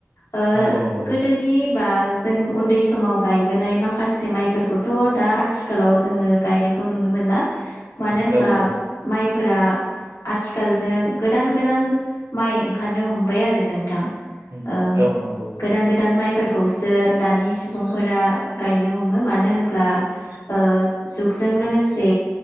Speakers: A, on the left; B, on the right.
A: ओ
B: नंगौ नंगौ
A: गोदोनि बा जों उन्दै समाव गायबोनाय माखा माखासे माइफोरखौ दा आथिखालाव जोङो गायनायखौ नुनो मोनला। मानो होनबा
B: औ औ
A: माइ फोरा आथिखालजों गोदान-गोदान माइ ओंखारनो हमबाय आरो नोंथां।
B: उम
A: औ
B: नंगौ
A: गोदान गोदान माइफोरखौसो दानि सुबुंफोरा गायनो हमो मानो होनोब्ला दा ओ जुगजों लोगोसे